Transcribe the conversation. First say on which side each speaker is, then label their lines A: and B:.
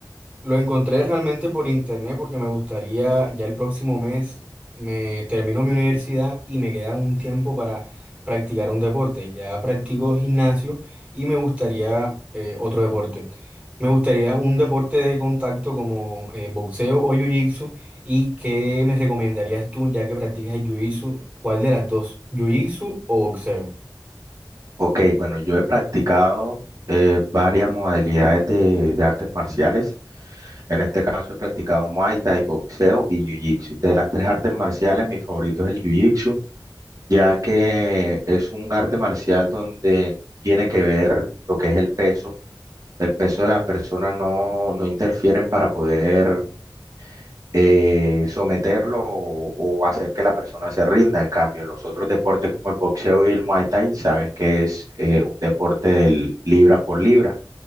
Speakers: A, on the right; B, on the right.
A: Lo encontré realmente por internet porque me gustaría, ya el próximo mes me termino mi universidad y me queda un tiempo para practicar un deporte. Ya practico gimnasio y me gustaría eh, otro deporte. Me gustaría un deporte de contacto como eh, boxeo o jiu-jitsu. ¿Y qué me recomendarías tú ya que practicas el jiu-jitsu? ¿Cuál de las dos? ¿Jiu-jitsu o boxeo?
B: Ok, bueno, yo he practicado eh, varias modalidades de, de artes marciales. En este caso he practicado Muay Thai, boxeo y Jiu-Jitsu. De las tres artes marciales, mi favorito es el Jiu-Jitsu, ya que es un arte marcial donde tiene que ver lo que es el peso. El peso de la persona no, no interfieren para poder eh, someterlo o, o hacer que la persona se rinda. En cambio, en los otros deportes como el boxeo y el Muay Thai, sabes que es eh, un deporte del libra por libra.